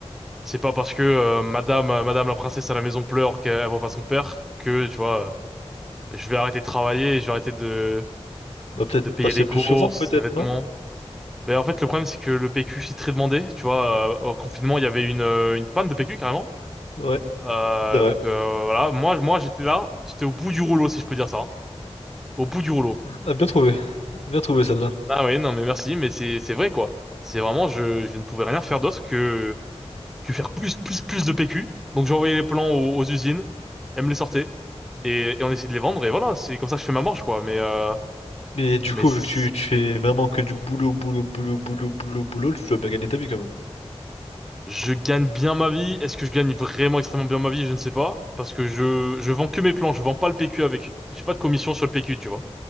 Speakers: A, in the centre; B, on the left (about 70°).
A: C'est pas parce que euh, madame, euh, madame la princesse à la maison pleure qu'elle voit pas son père que, tu vois, euh, je vais arrêter de travailler, et je vais arrêter de,
B: Bah peut-être
A: de payer
B: passer
A: les
B: plus
A: courses,
B: souvent, peut-être,
A: les vêtements.
B: non?
A: Ben, en fait, le problème, c'est que le PQ, c'est très demandé, tu vois, euh, au confinement, il y avait une, euh, une panne de PQ, carrément.
B: Ouais,
A: Euh,
B: c'est vrai.
A: donc, euh, voilà, moi, moi, j'étais là, j'étais au bout du rouleau, si je peux dire ça. hein. au bout du rouleau.
B: Mm. Ah, bien trouvé. Bien trouvé celle-là.
A: Ah ouais, non, mais merci, mais c'est c'est vrai quoi. C'est vraiment, je, je ne pouvais rien faire d'autre que que faire plus plus plus de PQ. Donc j'envoyais les plans aux, aux usines, elles me les sortaient et, et on essayait de les vendre et voilà, c'est comme ça que je fais ma marge quoi. Mais euh,
B: Mais du
A: mais
B: coup,
A: c'est
B: vu que
A: c'est
B: tu, tu
A: compliqué.
B: fais vraiment que du boulot, boulot, boulot, boulot, boulot, boulot, tu dois bien gagner ta vie quand même.
A: Je gagne bien ma vie. Est-ce que je gagne vraiment extrêmement bien ma vie? Je ne sais pas parce que je je vends que mes plans. Je vends pas le PQ avec. J'ai pas de commission sur le PQ, tu vois.